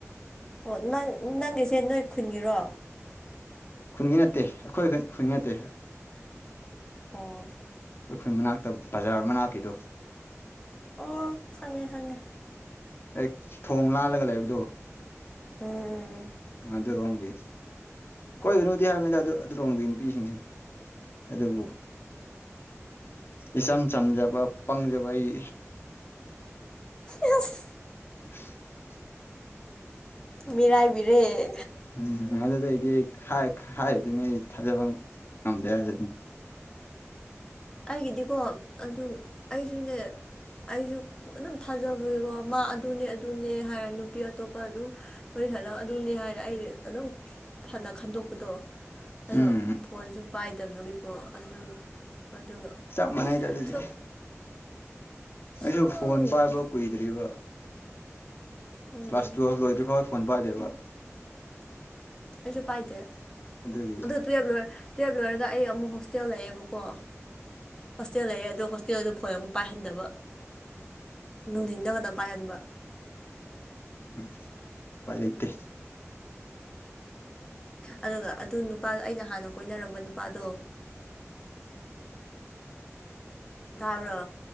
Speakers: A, on the left (about 15°); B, on the left (about 45°).
A: ꯑꯣ ꯅꯪ ꯅꯪꯒꯤꯁꯦ ꯅꯣꯏ ꯈꯨꯟꯒꯤꯔꯣ
B: ꯈꯨꯟꯒꯤ ꯅꯠꯇꯦ ꯑꯩꯈꯣꯏ ꯈꯨꯟꯒꯤ ꯅꯠꯇꯦ
A: ꯑꯣ
B: ꯑꯩꯈꯣꯏ ꯃꯅꯥꯛꯇ ꯕꯖꯥꯔ ꯃꯅꯥꯛꯀꯤꯗꯣ
A: ꯑꯣ ꯈꯪꯉꯦ ꯈꯪꯉꯦ
B: ꯍꯦꯛ ꯊꯣꯡ ꯂꯥꯜꯂꯒ ꯂꯩꯕꯗꯣ
A: ꯎꯝ ꯎꯝ
B: ꯑꯗꯨꯔꯣꯝꯒꯤ ꯀꯣꯏꯒꯅꯨꯗꯤ ꯍꯥꯏꯕꯅꯤ ꯑꯗꯥꯏꯗꯨ ꯑꯗꯨ ꯂꯣꯝꯒꯤ ꯅꯨꯄꯤꯁꯤꯡꯁꯦ ꯑꯗꯨꯕꯨ ꯏꯆꯝ ꯆꯝꯖꯕ ꯄꯪꯖꯕ ꯑꯩ
A: ꯎꯝ ꯑꯁ
B: <inaudible> <unintelligible>
A: ꯃꯤꯔꯥꯏꯕꯤꯔꯦ
B: ꯎꯝ ꯑꯗꯨꯅ ꯑꯩꯗꯤ ꯍꯥꯏ ꯍꯥꯏꯔꯤꯗꯨꯅꯤ ꯑꯩ ꯊꯥꯖꯕ ꯉꯝꯗꯦ ꯍꯥꯏꯖꯦ ꯑꯗꯨꯅꯤ
A: ꯑꯩꯒꯤꯗꯤꯀꯣ ꯑꯗꯨ ꯑꯩꯁꯨꯅꯦ ꯑꯩꯁꯨ ꯑꯗꯨꯝ ꯊꯥꯖꯕꯒꯤꯀꯣ ꯃꯥ ꯑꯗꯨꯅꯦ ꯑꯗꯨꯅꯦ ꯍꯥꯏꯔ ꯅꯨꯄꯤ ꯑꯇꯣꯞꯄ ꯑꯗꯨꯝ ꯋꯥꯔꯤ ꯁꯥꯅ ꯑꯗꯨꯅꯤ ꯍꯥꯏꯔꯦ ꯑꯩ ꯑꯗꯨꯝ ꯐꯅ ꯈꯟꯗꯣꯛꯄꯗꯣ ꯑꯗꯣ
B: ꯎꯝ
A: ꯐꯣꯟꯁꯨ ꯄꯥꯏꯗꯕꯒꯤꯀꯣ ꯑꯗꯨ ꯑꯗꯨꯒ
B: ꯆꯞ ꯃꯥꯟꯅꯩꯗ ꯑꯗꯨꯗꯤ
A: ꯁꯨꯝ
B: ꯑꯩꯁꯨ
A: ꯁꯨꯝ
B: ꯐꯣꯟ ꯄꯥꯏꯕ ꯀꯨꯏꯗ꯭ꯔꯤꯕ
A: ꯎꯝ
B: ꯀ꯭ꯂꯥꯁ ꯇꯨꯌꯦꯞ ꯂꯣꯏꯗ꯭ꯔꯤ ꯐꯥꯎ ꯐꯣꯟ ꯄꯥꯏꯗꯦꯕ
A: ꯑꯩꯁꯨ ꯄꯥꯏꯗꯦ
B: ꯑꯗꯨꯒꯤ
A: ꯇꯨꯌꯦꯞ ꯂꯣꯏ ꯇꯨꯌꯦꯞ ꯂꯣꯏꯔꯒ ꯑꯩ ꯑꯃꯨꯛ ꯍꯣꯁꯇꯦꯜ ꯂꯩꯌꯦꯕꯀꯣ ꯍꯣꯁꯇꯦꯜ ꯂꯩꯔꯦ ꯑꯗꯨ ꯍꯣꯁꯇꯦꯜꯗꯨ ꯐꯣꯟ ꯑꯃꯨꯛ ꯄꯥꯏꯍꯟꯗꯕ ꯅꯨꯡꯊꯤꯟꯗ ꯈꯛꯇꯪ ꯄꯥꯏꯍꯟꯕ
B: ꯎꯝ ꯄꯥꯏ ꯂꯩ ꯏꯇꯦ
A: ꯑꯗꯨꯒ ꯑꯗꯨ ꯅꯨꯄꯥꯗꯣ ꯑꯩꯅ ꯍꯥꯟꯅ ꯀꯣꯏꯅꯔꯝꯕ ꯅꯨꯄꯥꯗꯣ ꯔ